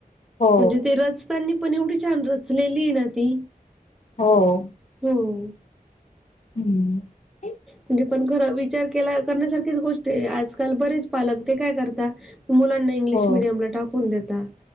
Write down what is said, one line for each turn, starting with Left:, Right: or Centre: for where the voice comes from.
Left: हो
Centre: म्हणजे ते रचतनी पण एवढी छान रचलेली ना ती.
Left: हो
Centre: हम्म.
Left: <inaudible>
Centre: म्हणजे पण खर विचार केला करण्यासारखीच गोष्ट आहे. आजकाल बरेच पालक ते काय करता मुलांना इंग्लिश
Left: हो
Centre: मिडियमला टाकून देता